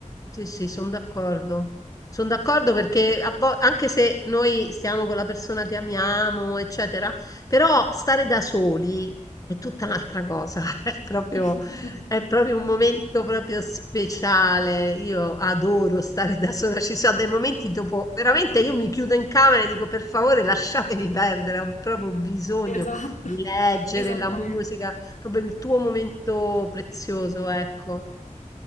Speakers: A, on the left; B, on the left.
A: Sì, sì, sono d'accordo. Sono d'accordo perché a vo- anche se noi stiamo con la persona che amiamo, eccetera, però stare da soli è tutta un'altra cosa. <laughs> È proprio,
B: <laughs>
A: è proprio un momento proprio speciale. Io adoro stare da sola. Ci sono dei momenti dopo, veramente io mi chiudo in camera e dico per favore lasciatemi perdere, ho proprio bisogno
B: Esatto,
A: di leggere
B: esattamente.
A: la musica, proprio il tuo momento prezioso, ecco.